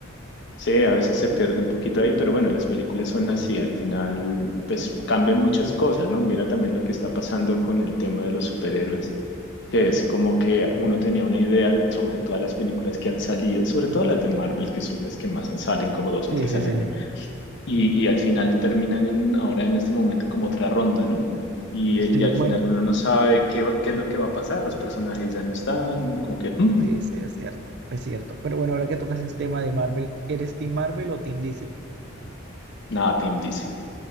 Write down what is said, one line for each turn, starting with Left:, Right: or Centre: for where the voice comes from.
Left: Sí, a veces se pierde un poquito ahí, pero bueno, las películas son así, al final pues cambian muchas cosas, ¿no? Mira también lo que está pasando con el tema de los superhéroes, que es como que uno tenía una idea de sobre todas las películas que han salido, sobre
Right: Mm.
Left: todo las de Marvel, que son las que más salen, como dos o
Right: Sí,
Left: tres
Right: sí,
Left: al
Right: sí,
Left: año,
Right: sí.
Left: y, y al final terminan ahora en este momento como otra ronda, ¿no? Y,
Right: Sí,
Left: y al
Right: bueno,
Left: final uno no sabe qué, va- qué es lo que va a pasar, los personajes ya no están, como que, "Mm,
Right: sí, sí, es cierto, es cierto. Pero bueno, ahora que tocas el tema de Marvel, ¿eres Team Marvel o Team DC?
Left: nada, Team DC,